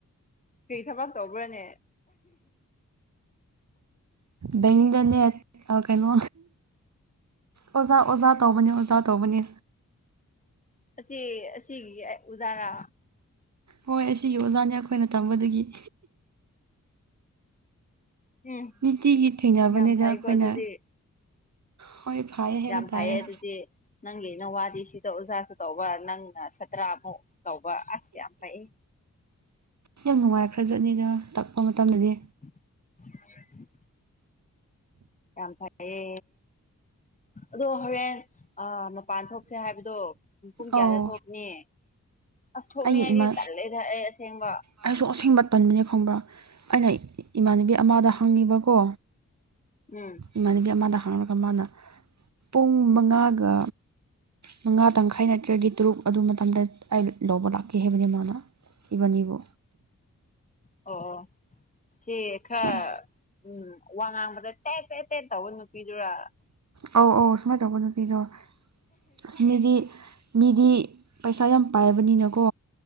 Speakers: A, on the left; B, on the right.
A: ꯀꯔꯤ ꯊꯕꯛ ꯇꯧꯕ꯭ꯔꯥꯅꯦ
B: ꯕꯦꯡꯗꯅꯦ ꯑꯥ ꯀꯩꯅꯣ ꯑꯣꯖꯥ ꯑꯣꯖꯥ ꯇꯧꯕꯅꯤ ꯑꯣꯖꯥ ꯇꯧꯕꯅꯤ
A: ꯑꯁꯤ ꯑꯁꯤꯒꯤ ꯎꯖꯥꯔꯥ
B: ꯍꯣꯏ ꯑꯁꯤꯒꯤ ꯑꯣꯖꯥꯅꯤ ꯑꯩꯈꯣꯏꯅ ꯇꯝꯕꯗꯨꯒꯤ
A: ꯎꯝ
B: ꯅꯤꯇꯤꯒꯤ ꯊꯦꯡꯅꯕꯅꯤꯗ
A: ꯌꯥꯝ ꯐꯩꯀꯣ
B: ꯑꯩꯈꯣꯏꯅ
A: ꯑꯗꯨꯗꯤ
B: ꯍꯣꯏ ꯐꯩ ꯍꯥꯏꯕ
A: ꯌꯥꯝ ꯐꯩꯌꯦ
B: ꯇꯥꯔꯦ
A: ꯑꯗꯨꯗꯤ ꯅꯪꯒꯤ ꯅꯋꯥꯗꯤ ꯁꯤꯗ ꯑꯣꯖꯥꯁꯨ ꯇꯧꯕ ꯅꯪꯅ ꯁꯥꯠꯇ꯭ꯔꯥꯃꯨꯛ ꯇꯧꯕ ꯑꯁ ꯌꯥꯝ ꯐꯩ
B: ꯌꯥꯝ ꯅꯨꯡꯉꯥꯏ ꯈ꯭ꯔꯖꯠꯅꯤꯗ ꯇꯥꯛꯄ ꯃꯇꯝꯗꯗꯤ
A: <inaudible> ꯌꯥꯝ ꯐꯌꯦ ꯑꯗꯣ ꯍꯣꯔꯦꯟ ꯑ ꯃꯄꯥꯟ ꯊꯣꯛꯁꯦ ꯍꯥꯏꯕꯗꯣ ꯄꯨꯡ ꯀꯌꯥꯗ
B: ꯑꯧ
A: ꯊꯣꯛꯅꯤ ꯑꯁ ꯊꯣꯛꯅꯤ
B: ꯑꯩꯒꯤ
A: ꯍꯥꯏꯗꯤ
B: ꯏꯃꯥ
A: ꯇꯜꯂꯦꯗ ꯑꯩ ꯑꯁꯦꯡꯕ
B: ꯑꯩꯁꯨ ꯑꯁꯦꯡꯕ ꯇꯟꯕꯅꯦ ꯈꯪꯕ꯭ꯔꯥ ꯑꯩꯅ ꯏꯃꯥꯟꯅꯕꯤ ꯑꯃꯗ ꯍꯪꯉꯤꯕꯀꯣ
A: ꯎꯝ
B: ꯏꯃꯥꯟꯅꯕꯤ ꯑꯃꯗ ꯍꯥꯡꯂꯒ ꯃꯥꯅ ꯄꯨꯡ ꯃꯉꯥꯒ ꯃꯉꯥ ꯇꯪꯈꯥꯏ ꯅꯠꯇ꯭ꯔꯗꯤ ꯇꯔꯨꯛ ꯑꯗꯨ ꯃꯇꯝꯗ ꯑꯩ ꯂꯧꯕ ꯂꯥꯛꯀꯦ ꯍꯥꯏꯕꯅꯤ ꯃꯥꯅ ꯏꯕꯥꯅꯤꯕꯨ
A: ꯑꯣ ꯑꯣ ꯁꯤ ꯈꯔ
B: ꯁꯨꯃꯥꯏ
A: ꯎꯝ ꯋꯥ ꯉꯥꯡꯕꯗ ꯇꯦ ꯇꯦ ꯇꯦꯠ ꯇꯧꯕ ꯅꯨꯄꯤꯗꯨꯔꯥ
B: ꯑꯧ ꯑꯧ ꯁꯨꯃꯥꯏꯅ ꯇꯧꯕ ꯅꯨꯄꯤꯗꯣ ꯑꯁꯤꯅꯗꯤ ꯃꯤꯗꯤ ꯄꯩꯁꯥ ꯌꯥꯝ ꯄꯥꯏꯕꯅꯤꯅꯀꯣ